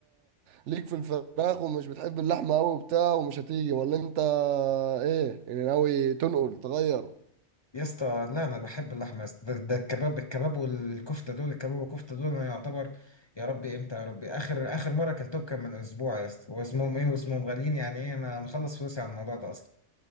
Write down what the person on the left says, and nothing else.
يا اسطى لا انا بحب اللحمه يا اسطى ده, ده الكباب الكباب والكفته دول الكباب والكفته دول انا يعتبر يا ربي امتى يا ربي اخر اخر مره اكلتهم كان من اسبوع يا اسطى واسمهم ايه واسمهم غاليين يعني ايه انا مخلص فلوسي على الموضوع ده اصلا